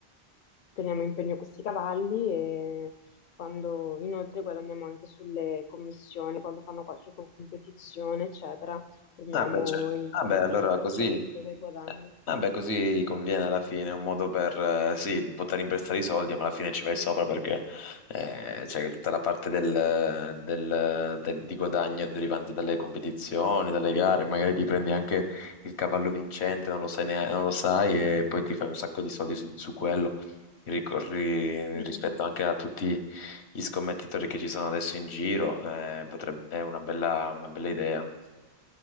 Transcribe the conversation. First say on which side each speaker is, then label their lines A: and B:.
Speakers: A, on the left; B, on the left.
A: teniamo in pegno questi cavalli e quando inoltre guadagniamo anche sulle commissioni, quando fanno qualche competizione, eccetera, prendiamo
B: Ah, beh, cioè,
A: il
B: ah,
A: 42%
B: beh, allora così.
A: dei guadagni.
B: Vabbè, così conviene alla fine, è un modo per, eh, sì, poter imprestare i soldi, ma alla fine ci vai sopra perché eh, c'è tutta la parte del, del- del- di guadagno derivante dalle competizioni, dalle gare, magari ti prendi anche il cavallo vincente, non lo sai, nea- non lo sai e poi ti fai un sacco di soldi su, su quello, ricorri
A: Mm,
B: rispetto
A: mm.
B: anche a tutti gli scommettitori che ci sono adesso in giro, eh, potrebbe- è una bella, una bella idea.